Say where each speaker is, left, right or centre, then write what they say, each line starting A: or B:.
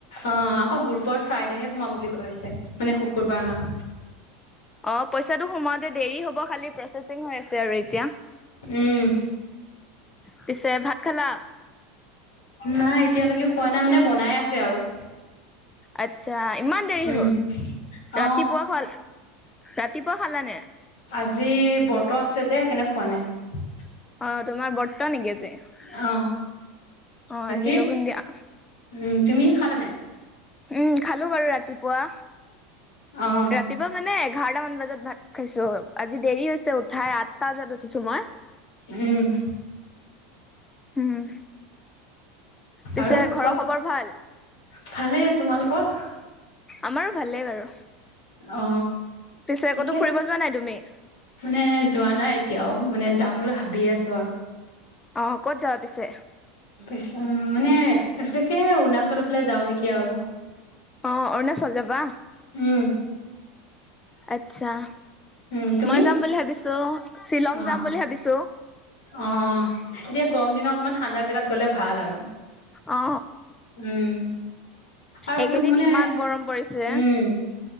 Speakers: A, on the left; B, on the left.
A: অ আকৌ গ্ৰুপৰ ফ্ৰাইডেহে সোমাব বুলি কৈ আছে মানে শুকুৰবাৰ মান।
B: অ পইচাটো সোমাওতে দেৰি হ'ব খালি প্ৰচেচিং হৈ আছে আৰু এতিয়া।
A: উম
B: পিছে ভাত খালা?
A: নাই এতিয়ালৈকে খোৱা নাই মানে বনাই আছে আৰু।
B: আচ্ছা ইমান দেৰি
A: উম
B: হ'ল, ৰাতিপুৱা
A: অ
B: খোৱা ৰাতিপুৱা খালানে?
A: আজি বৰ্টো আছে যে সেইকাৰণে খোৱা নাই।
B: অ, তোমাৰ বৰ্ত নেকি আজি,
A: অ বাকী
B: লঘণ দিয়া।
A: উম, তুমি খালা নে নাই?
B: উম, খালো বাৰু ৰাতিপুৱা।
A: অ,
B: উ, দিবা মানে এঘাৰটা মান বজাত ভাত খাইছো আজি দেৰি হৈছে উঠাই আঠটা বজাত উঠিছো মই।
A: উম,
B: উম, পিছে
A: আৰু কোৱা,
B: ঘৰৰ খবৰ ভাল?
A: ভালেই তোমালোকৰ।
B: আমাৰো ভালেই বাৰু
A: অ
B: পিছে
A: ঠিকে
B: আকৌতো ফুৰিব যোৱা নাই তুমি।
A: মানে যোৱা নাই এতিয়াও মানে যাম বুলি ভাবি আছো আৰু।
B: অ, ক'ত যাব পিছে।
A: পিছে অ, মানে এইফালেকে অৰুণাচলৰফালে যাওঁ নেকি আৰু।
B: অ, অৰুণাচল যাবা,
A: উম
B: আচ্ছা।
A: উম তুমি
B: মই যাম বুলি ভাবিছো শ্বিলং
A: অ
B: যাম বুলি ভাবিছো।
A: অ, এতিয়া গৰম দিিনত অকমান ঠাণ্ডা জোগাত গ'লে ভাল আৰু।
B: অ
A: উম, আৰু সেইটো
B: এইকেইদিন
A: মানে
B: ইমান গৰম পৰিছে।
A: উম,